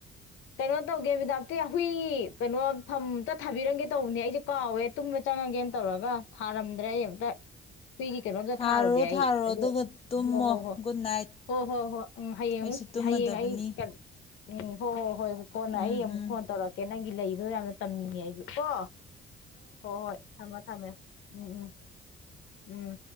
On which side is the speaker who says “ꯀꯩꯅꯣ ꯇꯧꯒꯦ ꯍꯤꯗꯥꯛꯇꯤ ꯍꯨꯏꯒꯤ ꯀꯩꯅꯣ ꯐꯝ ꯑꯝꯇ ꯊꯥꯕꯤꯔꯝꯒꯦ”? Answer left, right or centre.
Left